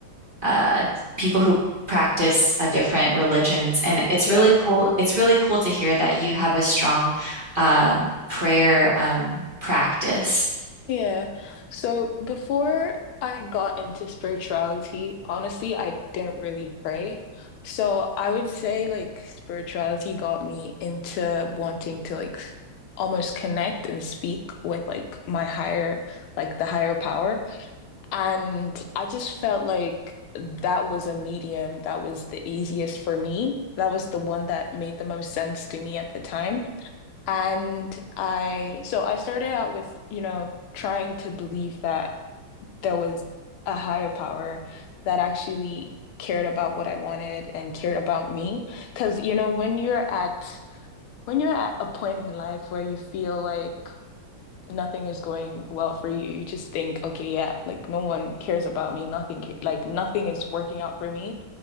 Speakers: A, on the right; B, on the left.
A: uh, people who practice uh, different religions, and it's
B: Yeah.
A: really cool. It's really cool to hear that you have a strong um, prayer um, practice.
B: Yeah. So before I got into spirituality, honestly, I didn't really pray. So I would say like spirituality got me into wanting to like almost connect and speak with like my higher, like the higher power. And I just felt like that was a medium that was the easiest for me. That was the one that made the most sense to me at the time. And I, so I started out with, you know, trying to believe that there was a higher power that actually cared about what I wanted and cared about me. Because, you know, when you're at, when you're at a point in life where you feel like, nothing is going well for you. You just think, okay, yeah, like no one cares about me. Nothing, ca- like nothing is working out for me.